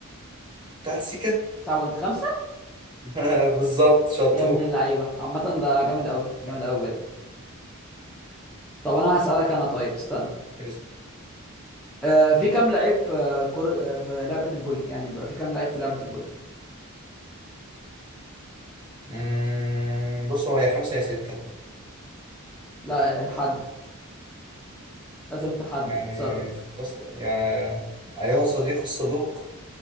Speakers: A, on the right; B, in the centre.
A: تحت السكة
B: 9.5
A: <laughs> بالظبط شطور
B: يا ابن اللعيبه عامه ده جامد قوي جامد قوي بجد طب انا هسألك انا طيب استنى
A: ماشي.
B: آه، في كام لعيب في كر... آه، في لعبة الفولي يعني بيبقى في كام لعيب في لعبة الفولي
A: مم، بص هو يا خمسة يا ستة
B: لا آه، حدد لازم تحدد
A: يعني
B: تصرف
A: بص يا أيها الصديق الصدوق